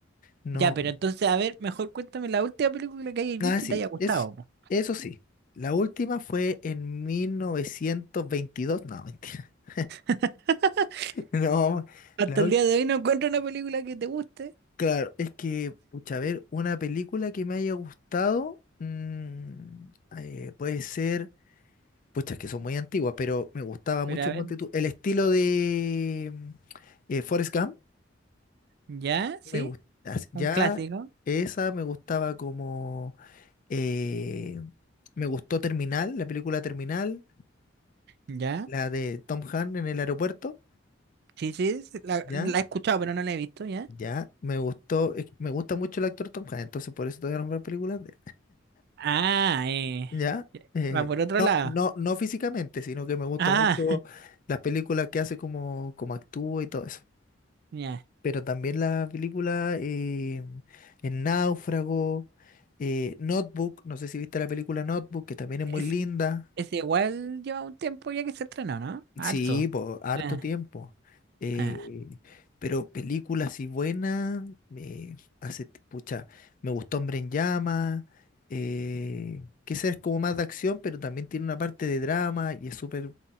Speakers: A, on the left; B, on the right.
A: No.
B: Ya, pero entonces, a ver, mejor cuéntame la última película que hayas
A: Ah,
B: visto
A: sí,
B: y te haya gustado.
A: es,
B: po.
A: eso sí. La última fue en 1922. No, mentira. <laughs>
B: <laughs>
A: No,
B: Hasta
A: la ul-
B: el día de hoy no encuentro una película que te guste.
A: Claro, es que, pucha, a ver, una película que me haya gustado, mm, eh, puede ser, pucha, es que son muy antiguas, pero me gustaba mucho,
B: Pero a
A: ponte
B: ver,
A: tú, el estilo de mm, eh, Forrest Gump,
B: ¿ya? ¿Sí?
A: me gusta, ya
B: Un clásico.
A: esa me gustaba como, eh, me gustó Terminal, la película Terminal,
B: ¿Ya?
A: La de Tom Hanks en el aeropuerto,
B: Sí, sí, sí, la,
A: ya,
B: la he escuchado, pero no la he visto, ¿ya?
A: ya, me gustó, es que me gusta mucho el actor Tom Hanks, entonces por eso te voy a nombrar películas de
B: Ah, eh,
A: él, ya,
B: ya,
A: eh,
B: va por otro
A: no,
B: lado.
A: no, no físicamente, sino que me gusta
B: Ah,
A: mucho las películas que hace como, como actúa y todo eso,
B: ya.
A: pero también las películas eh, en Náufrago, eh, Notebook, no sé si viste la película Notebook, que también es
B: Es,
A: muy linda,
B: es igual lleva un tiempo ya que se estrenó, ¿no? Harto.
A: Sí, pues, harto
B: Ah,
A: tiempo. Eh,
B: ah.
A: pero películas y buenas, eh, hace, ti- pucha, me gustó Hombre en Llama, eh, que esa es como más de acción, pero también tiene una parte de drama y es súper